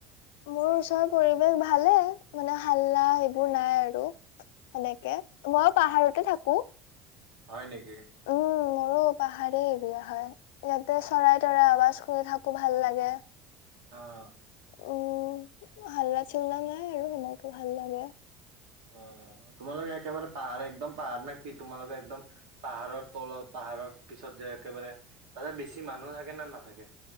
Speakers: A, on the left (about 80°); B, on the right (about 75°).
A: মোৰ ওচৰ পৰিৱেশ ভালেই, মানে ' হাল্লা 'এইবোৰ নাই আৰু- সেনেকে। মই পাহাৰতে থাকো।
B: হ'য়, নেকি?
A: উম মোৰো পাহাৰে এৰিয়া হ'য়। ইয়াতে চৰাই- তৰাই আৱাজ কৰি থাকে ভাল লাগে।
B: অঁ।
A: অওঁ, হাল্লা- চাল্লা নাই আৰু সেনেকে ভাল লাগে।
B: অ তোমালোকে একেবাৰে পাহাৰ, একদম পাহাৰ নে কি? তোমালোকে একদম, পাহাৰৰ তলত পাহাৰৰ পিছত যে একেবাৰে। তাতে বেছি মানুহ থাকে না নাথাকে?